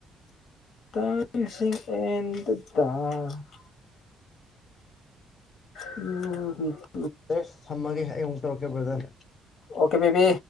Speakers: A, on the left; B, on the left.
A: <inaudible> ꯎꯝ ꯍꯝ <inaudible>
B: ꯑꯦꯁ ꯊꯝꯃꯒꯦ ꯑꯩ ꯑꯃꯨꯛ ꯇꯧꯔꯛꯀꯦ ꯕ꯭ꯔꯗꯔ
A: ꯑꯣꯀꯦ ꯕꯦꯕꯤ